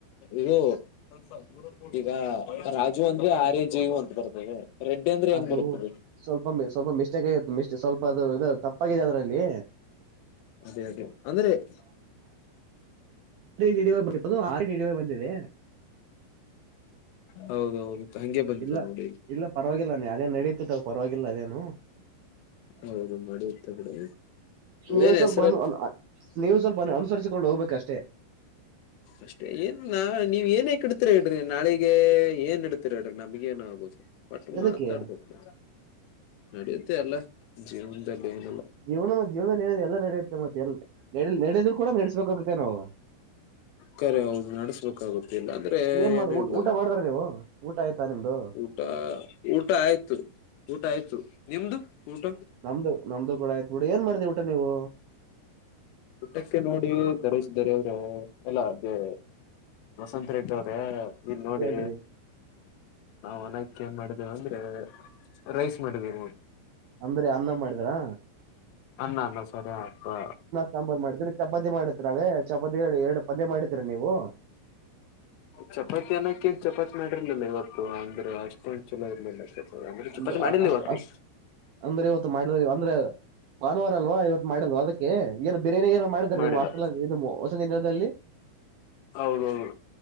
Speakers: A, on the left; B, on the right.
A: ಇದು ಸ್ವಲ್ಪ ದೂರ ಕೂಡ ಈಗ ರಾಜು ಅಂದ್ರೆ ಆರ್ಯ ಜಯವು ಅಂತ ಬರ್ತದೆ ರೆಡ್ಡಿ ಅಂದ್ರೆ ಹೆಂಗ್
B: ಅದು
A: ಬರ್ತದೆ
B: ಸ್ವಲ್ಪ ಮ ಸ್ವಲ್ಪ ಮಿಸ್ಟೇಕ್ ಆಗತ್ತು ಮ ಸ್ವಲ್ಪ ಅದು ಇ ತಪ್ಪಾಗಿದೆ ಅದ್ರಲ್ಲಿ
A: ಅದೇ ಅದೇ ಅಂದ್ರೆ <inaudible>
B: ಡಿ ಡಿ ವೈ ಬಂದಿದೆ
A: ಹೌದೌದು ಹಗೆ ಬಂದಿದೆ
B: ಇಲ್ಲ
A: ನೋಡಿ
B: ಇಲ್ಲ ಪರವಾಗಿಲ್ಲ ನೀ ಅದೇನ್ ನಡೀತಿತ್ತವ ಪರವಾಗಿಲ್ಲ ಅದೇನು
A: ಹೌದು ಮಾಡಡಿಯುತ್ತೆ ಕಡೆ
B: ನೀವ
A: ೇನ್
B: ಸ್ವಲ್ಪ
A: ಹೆಸರುತ್
B: ನೀವು ಸ್ವಲ್ಪ ಅನುಸರಿಸಿಕೊಂಡು ಹೋಗ್ಬೇಕಷ್ಟೇ
A: ಅಷ್ಟೇ ಏನ್ ನಾ ನೀವ್ ಏನ ಕಡ ಇಡ್ರಿ ನಾಳಿಗೆ ಏನ್ ಇಡ್ತೀರ ಇಡ್ರಿ ನಮ್ಗ ಏನ್ ಆಗುದು ಬಟ್
B: ಎದಕ್ಕೆ
A: ಮಾತಾಡ್ಬೋದು ನ ನಡಿಯುತ್ತೆ ಅಲ್ಲ ಜೀವದಲ್ಲ ಏನಲ್ಲ
B: ಜೀವನ ಮತ್ ಜೀವನ ಏನ ಎಲ್ಲ ನಡೆಯುತ್ತೆ ಮತ್ತೆ ಎ ನಡ ನಡೆದ್ರು ಕೂಡ ನಡೆಸ್ಬೇಕಾಗುತ್ತೆ ನಾವು
A: ಕರೆ ಹೌದು ನಡ್ಸ್ಬೇಕಾಗುತ್ತೆ ಇಿಲ್ಲ ಅಂದ್ರೆ
B: ಏನ್ ಮಾಡ
A: ಏನು ಇಲ್ಲ
B: ಊಟ ಮಾಡ್ದಾರ ನೀವು ಊಟ ಆಯ್ತಾ ನಿಮ್ದು
A: ಊಟ ಊಟ ಆಯ್ತು ಊಟ ಆಯ್ ನಿಮ್ದು ಊಟ
B: ನಮ್ದು ನಮ್ದು ಕೂಡ ಆಯ್ತ್ು ಬಿಡು ಏನ್ ಮಾಡಿದೀ ಊಟ ನೀವು
A: ಊಟಕ್ಕೆ ನೋಡಿ ದರೇಶ್ ದರ ಅವ್ರ ಎಲ್ಲ ಅದೇ ವಸತ್ ರ ಇದ್ದವ್ರೆ ಇಲ್ಲಿ ನೋಡಿ
B: ಹೇಳ್ರಿ
A: ನಾವವು ಒನಕ ಏನ್ ಮಾಡ್ದೇವ ಅಂದ್ರೆ ರೈಸ್ ಮಾಡ್ೇೋ
B: ಅಂದ್ರೆ ಅನ್ನ ಮಾಡಿದ್ರಾ
A: ಅಲ್ಲ ಅಲ್ಲ ಸರಿ ಆಗ್ತಾ
B: ಸಾಂಬಾರ್ು ಮಾಡತಿೀರಿ ಚಪತಿ ಮಾಡಿತಿರ ಅವೇ ಚಪಾತಿ ಎರಡು ಪದ್ಯ ಮಾಡತಿೀರ ನೀವು
A: ಚಪಾತಿ ಅನ್ನ ಕಕ್ ಚಪಾತಿ ಮಾಡಿರ್ಲಿಲ್ಲ ಇವತ್ತು ಅಂದ್ರೆ ಅಷ್ಟೇನ್ ಚಲ ಇರ್ಲಿಲ್ಲ ಚ ಅಂದ್ರೆ ಚಪಾತಿ
B: ಅಂದ್ರ
A: ಮಾಡ
B: ಅಷ್ಟು
A: ಇವತ್ತು
B: ಅಷ್ಟ ಅಂದ್ರೆ ಇವತ್ತು ಮಾಡಿದ್ವಿ ಅಂದ್ರೆ ಭಾನುವಾರ ಅಲ್ವಾ ಇವತ್ತು ಮಾಡಿದ್ವ ಅದಕ್ಕೆ ಏನು ಬಿರಿಯಾನಿ ಏನ ಮಾಡಿದ್ದಾರೆ
A: ಮಾಡಿಲ್ಲ
B: ನಿಮ್ಮ್ ಹಸ್ಟೆಲ್ಲಿ ನಿಮ್ಮ ಹೊಸ ದಿನದಲ್ಲಿ
A: ಹೌದೌದು